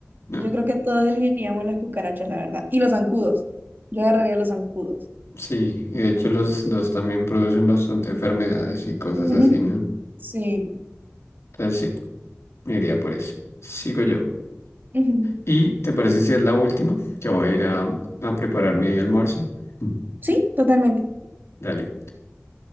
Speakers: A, on the left; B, on the right.
A: No,
B: Yo creo que todos elegiríamos las cucarachas, la verdad. Y los zancudos. Yo agarraría los zancudos.
A: sí, y de hecho los dos también producen bastante enfermedades y cosas
B: Ujú.
A: así, ¿no?
B: Sí.
A: Entonces sí, me iría por eso. Sigo yo.
B: Ujú.
A: ¿Y te parece si es la última? Que voy a ir a, a preparar mi almuerzo. Mm.
B: Sí, totalmente.
A: Dale.